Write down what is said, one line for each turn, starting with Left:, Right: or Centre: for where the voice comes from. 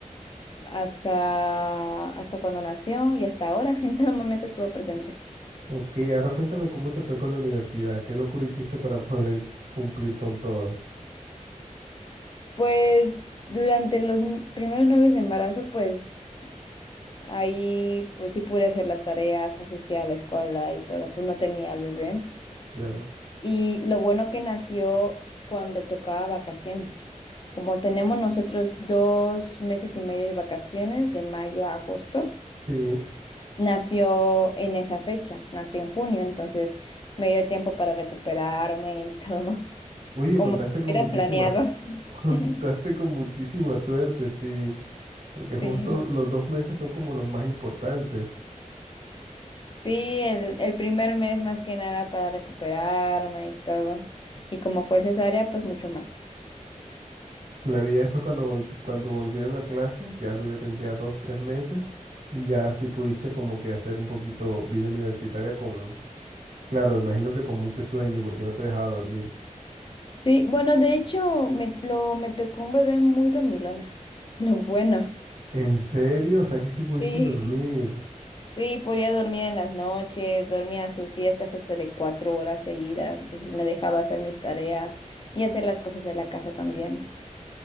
Left: hasta, hasta cuando nació y hasta ahora, <laughs> en todo momento estuvo presente.
Right: Ok, ahora cuéntame cómo te fue con la universidad. ¿Qué locura hiciste para poder cumplir con todo?
Left: Pues durante los n- primeros nueve de embarazo, pues ahí pues sí pude hacer las tareas, asistía a la escuela y todo, pues no tenía al bebé.
Right: Claro.
Left: Y lo bueno que nació cuando tocaba vacaciones. Como tenemos nosotros dos meses y medio de vacaciones, de mayo a agosto,
Right: Sí.
Left: nació en esa fecha, nació en junio, entonces me dio tiempo para recuperarme y todo, <laughs>
Right: Oye,
Left: como
Right: contaste con
Left: era
Right: muchísimas,
Left: planeado.
Right: <laughs> contaste
Left: <laughs>
Right: con muchísima suerte, sí. Porque justo
Left: Sí,
Right: los dos meses son como los más importantes.
Left: sí, el, el primer mes más que nada para recuperarme y todo. Y como fue cesárea, pues mucho más.
Right: Claro, y ya después cuando, vol- cuando volvieron a clases, ya el bebé tendría dos, tres meses y ya sí pudiste como que hacer un poquito vida universitaria con, claro, imagino que con mucho sueño porque no te dejaba dormir.
Left: Sí, bueno, de hecho, me, lo, me tocó un bebé muy dormilón. Lo bueno.
Right: ¿En serio? O sea que sí pudiste
Left: Sí,
Right: dormir.
Left: sí, podía dormir en las noches, dormía sus siestas hasta de cuatro horas seguidas, entonces me dejaba hacer mis tareas y hacer las cosas de la casa también. <laughs>